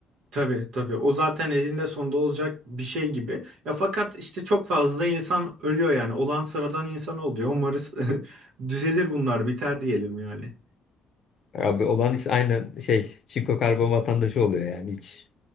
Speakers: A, on the right (about 75°); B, on the left (about 40°).
A: Tabii tabii o zaten elinde sonunda olacak bir şey gibi. Ya fakat işte çok fazla da insan ölüyor yani. Olan sıradan insan oluyor. Umarız <laughs> düzelir bunlar biter diyelim yani.
B: Abi olan iş aynen şey çinko karbon vatandaşı oluyor yani hiç